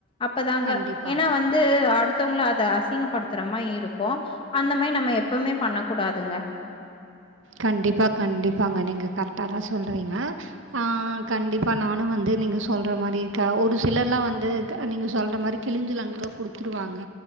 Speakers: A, on the left; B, on the right.
A: அப்பதாங்க
B: கண்டிப்பாக
A: ஏன்னா வந்து அடு த்தவங்கள அத அசிங்கப்படுத்துற மாரி இருக்கு அந்த மாரி நம்ம எப்பவுமே பண்ண கூடாதுங்க
B: கண்டிப்பா கண்டிப்பாங்க நீங்க கரெக்டா தா சொல்றீங்க ஆ கண்டிப்பா நானு வந்து நீங்க சொல்ற மாரி கா ஒரு சிலர்லா வந்து நீங்க சொல்ற மாரி கிழிஞ்சிலாங்கூட குடுத்ருவாங்க